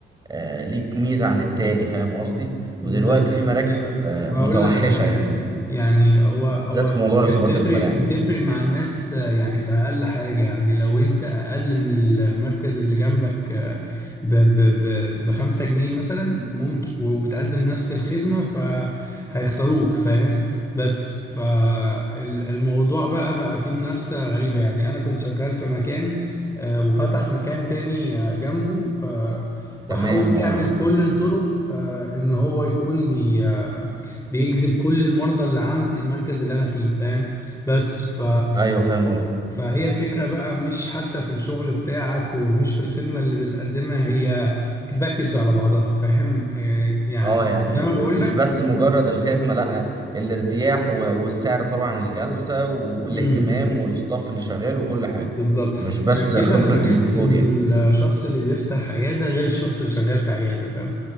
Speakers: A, on the right; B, on the left.
A: آه، ليك ميزة عن التاني فاهم قصدي؟ ودلوقتي
B: بس
A: في مراكز
B: آه،
A: آه،
B: هقول
A: متوحشة
B: لك على حاجه
A: يعني
B: يعني هو هو
A: بالذات في موضوع
B: هي
A: اصابات
B: بتفرق
A: الملاعب
B: بتفرق مع الناس آه، يعني في اقل حاجه يعني لو انت اقل من المركز اللي جنبك آه، ب ب ب بخمسة جنيه مثلا ممكن وبتقدم نفس الخدمه فهيختاروك فاهم بس فالموضوع بقى بقى فيه منافسه غريبه يعني انا كنت شغال في مكان آه، وفتح مكان تاني آه، جنبه آه،
A: تمام
B: وحاول يعمل
A: اه
B: كل الطرق آه، ان هو يكون بي آه، بيجذب كل المرضى اللي عند المركز اللي انا فيه فاهم بس ف
A: ايوه فاهم قصدي
B: فهي الفكرة بقى مش حتى في الشغل بتاعك ومش في الخدمة اللي بتقدمها هي باكج على بعضها فاهم آه، يعني
A: اه يعني
B: زي ما بقول
A: مش بس مجرد الخدمه لا الارتياح و- والسعر طبعا الجلسه و- والاهتمام
B: لك
A: والستاف اللي شغال وكل حاجه
B: بالظبط
A: مش بس
B: عشان كده
A: خبره
B: انا بحس
A: الدكتور
B: انه
A: يعني
B: الشخص اللي بيفتح عياده غير الشخص اللي شغال في عياده فاهم